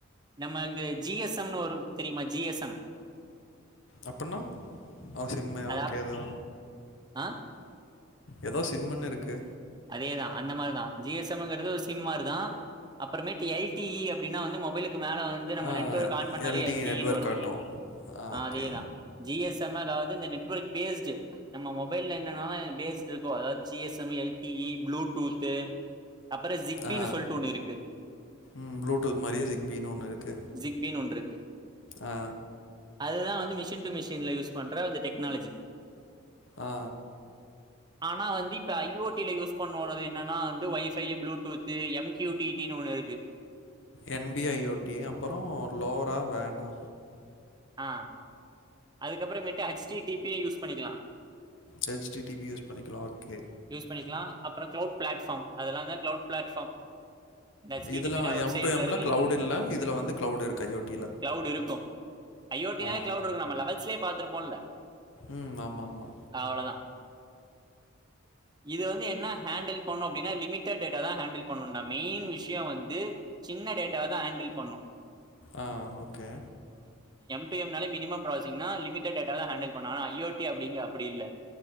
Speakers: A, on the right; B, on the left.
A: நமக்கு ஜி எஸ் எம்னு ஒரு தெரியுமா ஜி எஸ் எம்
B: அப்புன்னா சிம்மை
A: அதா
B: ஓகே எது
A: ஆ
B: ஏதோ சிம்ன்னுர்க்கு
A: அதேதா அந்த மாரிதா ஜி எஸ் எம்ங்குறது ஒரு சிம் மாரிதா அப்புறமேட்டு எல் டி இ அப்டினா வந்து மொபைல மேல வந்து நம்ம
B: ஆ
A: நெட் ஓர்க் ஆன் பண்ணாலே
B: எல்டிஇ
A: எல் டி
B: நெட்வொர்க்
A: னு வரு
B: காட்டும். ஆ ஓகே.
A: அதேதா ஜி எஸ் எம் அதாவது இந்த நெட் ஒர்க் பேஸ்டு நம்ம மொபைல்ல என்னன்ன பேஸ்ட் இருக்கோ அதாவது ஜிஎஸ்எம் எல்டிஇ ப்ளூடூத்து அப்புறோ ஜிக்பின்னு
B: ஆ
A: சொல்லிட்டு ஒண்ணு இருக்கு
B: ம் ப்ளூடூத் மாரியே சிக்பின்னு ஒண்ணு இருக்கு
A: ஜிக்பீன் ஒன் ருக்கு
B: ஆ
A: அதுதா வந்து மிஷின் டு மிஷின்ல யூஸ் பண்ற அந்த டெக்னாலஜி
B: ஆ
A: ஆனா வந்து இப்ப ஐ ஓட் யூஸ் பண்ணோடது என்னான்னா வந்து wifi bluetooth MQ T T ன்னு ஒன்னு இருக்கு
B: என்பிஐஓடி அப்பறொ லோரா வேனா
A: ஆ அதுக்கப்றமேட்டு ஹச் டி டிபிய யூஸ் பண்ணிக்லா
B: ஹச்டிடிவி யூஸ் பண்ணிக்லா ஓகே
A: யூஸ் பண்ணிக்லா அப்றொ க்ளவுட் ஃபிளாட்பாம் அதெல்ல தா க்லவுட் பிளாட்பாம் ஹெச் டி
B: இதுல
A: டிபினா வெப்சைட்ல
B: எம் டூ எம்ல
A: இருக்குல்ல
B: கிளவுட் இல்ல. இதுல வந்து கிளவுட் இருக்கு ஐஓடில.
A: கிளவுட் இருக்கு ஐஓடினாவே
B: ஆ.
A: க்ளவுட் ருக்கு நம்ம லெவல்ஸ்லே பாத்துருப்போல்ல
B: ம் ஆமா மா
A: அவ்ளொதா இது வந்து என்ன ஹேண்டில் பண்ணு அப்டின்னா லிமிடட் டேட்டா தா ஹேண்டில் பண்ணுன்டா மெயின் விஷ்யோ வந்து சின்ன டேட்டாவ தா ஹேண்டில் பண்ணு
B: ஆ ஓகே
A: டிஎம்னாலே மினிமம் ப்ராஸிங்னா லிமிடெட் டேட்டா தா ஹேண்டில் பண்ணு ஆனா ஐயோட்டி அப்டிங்க அப்படி இல்ல